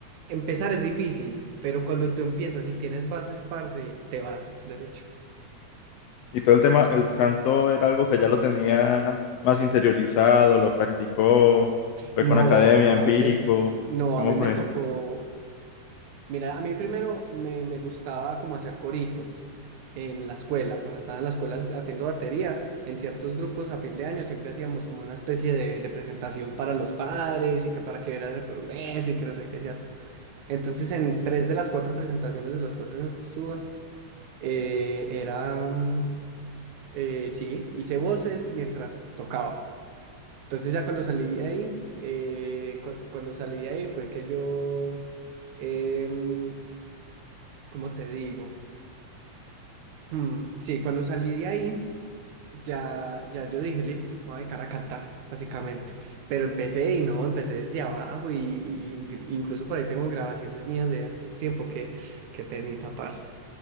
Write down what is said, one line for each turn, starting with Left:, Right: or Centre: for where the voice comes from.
Right: empezar es difícil, pero cuando tú empiezas y tienes bases, parce, te vas derecho.
Left: y todo el tema, el canto era algo que ya lo tenía más interiorizado, lo practicó, fue
Right: No,
Left: con academia,
Right: a
Left: empírico,
Right: mí me, no,
Left: ¿cómo
Right: a mí me
Left: fue?
Right: tocó Mira, a mí primero me, me gustaba como hacer coritos en la escuela, cuando estaba en la escuela ha- haciendo batería, en ciertos grupos a fin de año siempre hacíamos como una especie de, de presentación para los padres y que para que vieran el progreso y que no sé qué, ¿cierto? Entonces en tres de las cuatro presentaciones de los cuatro años que estuve, eh, era, mm, eh, sí, hice voces mientras tocaba. Entonces ya cuando salí de ahí, eh, cu- cuando salí de ahí fue que yo, em, ¿cómo te digo? Hmm, sí, cuando salí de ahí, ya, ya yo dije, listo, me voy a dedicar a cantar, básicamente. Pero empecé y no, empecé desde abajo y, y gr- incluso por ahí tengo grabaciones mías de hace ese tiempo que, qué penita, parce.